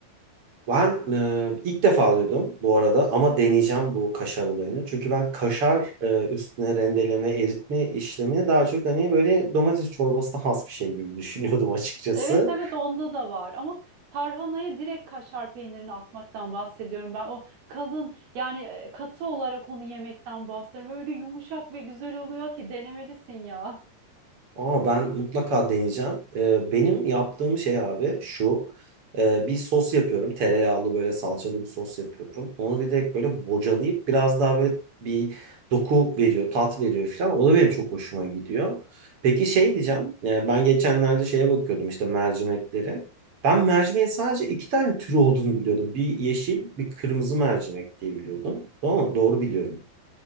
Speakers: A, on the right; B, on the right.
A: Ben e, ilk defa duydum bu arada ama deneyeceğim bu kaşar olayını. Çünkü ben kaşar e, üstüne rendeleme, eritme işlemini daha çok hani böyle domates çorbasına has bir şey gibi düşünüyordum açıkçası.
B: Evet evet onda da var ama tarhanaya direkt kaşar peynirini atmaktan bahsediyorum ben. O kalın yani e, katı olarak onu yemekten bahsediyorum. Öyle yumuşak ve güzel oluyor ki denemelisin ya.
A: Ama ben mutlaka deneyeceğim. Ee, benim yaptığım şey abi şu. Ee, bir sos yapıyorum. Tereyağlı böyle salçalı bir sos yapıyorum. Onu bir de böyle bocalayıp biraz daha böyle bir doku veriyor, tat veriyor falan. O da benim çok hoşuma gidiyor. Peki şey diyeceğim. Ee, ben geçenlerde şeye bakıyordum işte mercimeklere. Ben mercimeğin sadece iki tane türü olduğunu biliyordum. Bir yeşil, bir kırmızı mercimek diye biliyordum. Doğru mu? Doğru biliyorum.